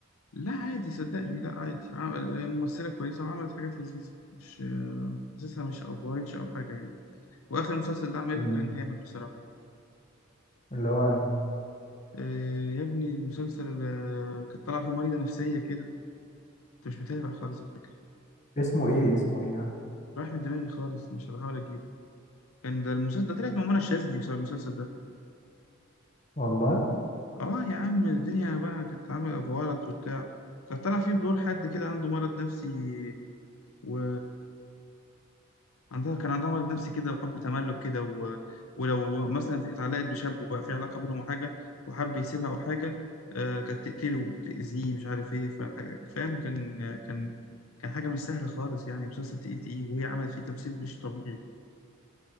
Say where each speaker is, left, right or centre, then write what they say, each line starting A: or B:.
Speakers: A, on the left; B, on the left.
A: لا عادي صدقني لا عادي عمل- آه، ممثلة كويسة وعملت حاجات لذيذة مش آه، حاسسها مش أفورتش أو حاجة يعني وآخر مسلسل ده عملته
B: مم.
A: كان جامد بصراحة
B: اللي هو أنهي؟
A: آه، يا ابني المسلسل آه، كانت طالعة فيه مريضة نفسية كده أنت مش متابع خالص على فكرة
B: اسمه ايه اسمه ايه يعني
A: راح من دماغي خالص مش بحاول أجيبه كان ده المسلسل ده طلعت مع منى الشاذلي بسبب المسلسل ده
B: والله
A: آه يا عم الدنيا بقى كانت عاملة أفورت وبتاع كانت طالعة فيه بدور حد كده عنده مرض نفسي و... عندها كان عندها مرض نفسي كده وحب تملك كده و... ولو مثلا في- اتعلقت بشاب وبقى في علاقة بينهم وحاجة وحب يسيبها أو حاجة آه كانت تقتله وتأذيه مش عارف إيه فحاجة فاهم كان كان كان حاجة مش سهلة خالص يعني مسلسل تقيل تقيل وهي عملت فيه تمثيل مش طبيعي